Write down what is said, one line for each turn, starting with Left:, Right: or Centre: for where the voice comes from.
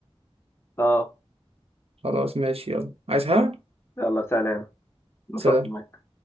Left: اه
Right: خلاص ماشي يلا عايز حاجة
Left: يلا سلام انبسطت
Right: سلام
Left: معاك